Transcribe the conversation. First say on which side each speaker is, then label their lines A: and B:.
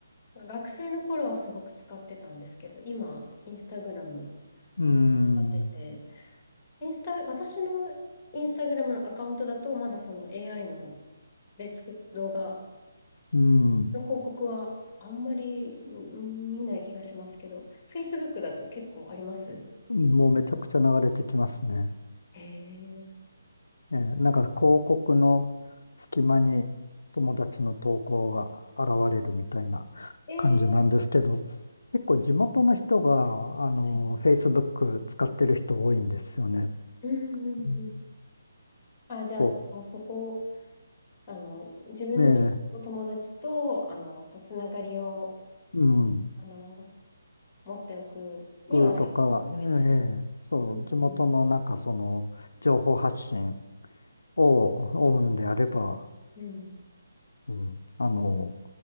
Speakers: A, on the left; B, on the left.
A: 学生の頃はすごく使ってたんですけど、今、Instagram
B: うん、
A: も使ってて、インスタ、私のインスタグラムのアカウントだと、まだその AI ので作る動画
B: うん、
A: の広告はあんまりうん見ない気がしますけど、Facebook だと結構あります
B: もうめちゃくちゃ流れてきますね。
A: へえ。
B: えーなんか広告の隙間に友達の投稿が現れるみたいな感じなんですけど、
A: ええ
B: 結構地元の人が、あの、
A: はい。
B: Facebook 使ってる人多いんですよね。
A: うんうんうん。
B: うん
A: あ、じゃあ、
B: こ
A: そもうそこ、あの、自分の
B: う、ね
A: 友達と、あの、こう、つながりを、
B: え、うん、
A: あの、持っておくには
B: グーとか、
A: Facebook が一
B: ええ、そう、
A: 番。うん
B: 地元のなんかその、情報発信を追うんであれば、
A: うん。
B: うん、あの、